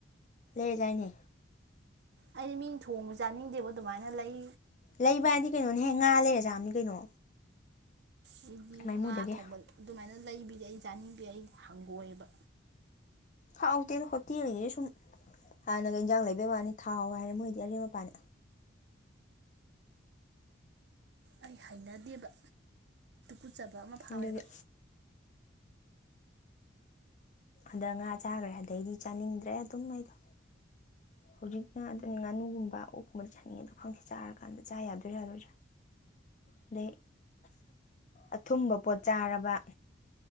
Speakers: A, on the left; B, on the right.
A: ꯂꯩꯖꯅꯦ
B: ꯑꯩ ꯃꯤꯡ ꯊꯣꯡꯕ ꯆꯥꯅꯤꯡꯗꯦꯕ ꯑꯗꯨꯃꯥꯏꯅ ꯂꯩ
A: ꯂꯩꯕꯗꯤ ꯀꯩꯅꯣꯅꯦꯍꯦ ꯉꯥ ꯂꯩꯔꯖꯥꯝꯅꯤ ꯀꯩꯅꯣ
B: ꯑꯩꯗꯤ
A: ꯃꯥꯏꯃꯨꯗꯒꯤ
B: ꯉꯥ ꯊꯣꯡꯕ ꯑꯗꯨꯃꯥꯏꯅ ꯂꯩꯕꯤꯒꯤ ꯑꯩ ꯆꯥꯅꯤꯡꯗꯦ ꯑꯩ ꯍꯪꯒꯣꯏꯑꯕ
A: ꯍꯥꯎꯥꯎꯇꯦꯅ ꯍꯣꯇꯦꯜꯒꯤꯁꯤꯗꯤ ꯁꯨꯝ ꯍꯥꯟꯅꯒ ꯏꯟꯖꯥꯡ ꯂꯩꯕꯩ ꯋꯥꯅꯤ ꯊꯥꯎ ꯍꯥꯏꯔꯦ ꯃꯣꯏꯗꯤ ꯑꯔꯦꯝ ꯃꯄꯥꯅꯤ
B: ꯑꯩ ꯍꯥꯏꯅꯗꯦꯕ ꯎꯨꯠꯆꯕ ꯑꯃ ꯐꯥꯎꯋꯦꯕ
A: ꯑꯗꯨꯒꯤ ꯑꯗ ꯉꯥ ꯆꯥꯈ꯭ꯔꯦ ꯑꯗꯩꯗꯤ ꯆꯥꯅꯤꯡꯗ꯭ꯔꯦ ꯑꯗꯨꯝ ꯑꯩꯗꯣ ꯍꯧꯖꯤꯛꯅ ꯑꯗꯨꯅ ꯉꯥꯅꯨꯒꯨꯝꯕ ꯑꯣꯛꯀꯨꯝꯕꯗ ꯆꯥꯅꯤꯡꯉꯦꯗꯣ ꯈꯪꯁꯦ ꯆꯥꯔꯀꯥꯟꯗ ꯆꯥ ꯌꯥꯗꯣꯏꯔꯥ ꯌꯥꯗꯣꯏꯔꯥ ꯑꯗꯩ ꯑꯊꯨꯝꯕ ꯄꯣꯠ ꯆꯥꯔꯕ